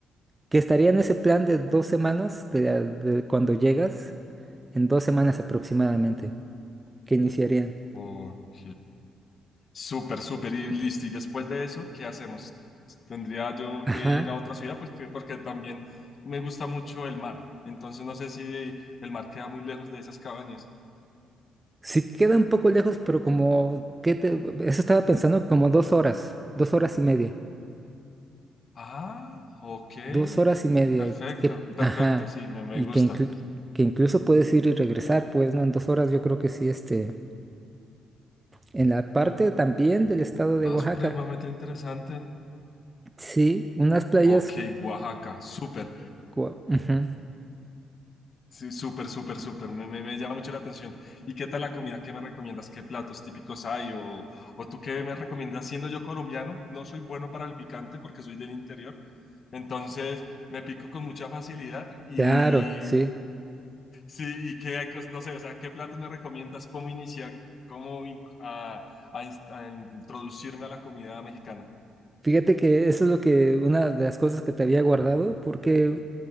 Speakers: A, on the right; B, on the left.
A: que estaría en ese plan de dos semanas, de, la- de cuando llegas, en dos semanas aproximadamente, que iniciarían.
B: Ok. Súper, súper y listo. Y después de eso, ¿qué hacemos? Tendría yo
A: Ajá.
B: que ir a otra ciudad, pues que, porque también me gusta mucho el mar. Entonces no sé si el mar queda muy lejos de esas cabañas.
A: Sí queda un poco lejos, pero como, ¿qué te...? Eso estaba pensando, como dos horas, dos horas y media,
B: Ah, ok.
A: dos horas y media,
B: Perfecto,
A: que,
B: perfecto.
A: ajá,
B: Sí, me, me
A: y
B: gusta.
A: que, inclu- que incluso puedes ir y regresar, pues, ¿no? En dos horas yo creo que sí, este, en la parte también del estado de
B: Ah,
A: Oaxaca.
B: supremamente interesante.
A: Sí, unas playas...
B: Ok, Oaxaca. Súper.
A: cu- ujú,
B: Sí, súper, súper, súper. Me, me, me llama mucho la atención. ¿Y qué tal la comida? ¿Qué me recomiendas? ¿Qué platos típicos hay? ¿O, o tú qué me recomiendas? Siendo yo colombiano, no soy bueno para el picante porque soy del interior. Entonces me pico con mucha facilidad y
A: Claro, sí.
B: sí, y qué hay que, no sé, o sea, ¿qué platos me recomiendas? ¿Cómo iniciar? ¿Cómo in- a, a inst- a introducirme a la comida mexicana?
A: Fíjate que eso es lo que, una de las cosas que te había guardado, porque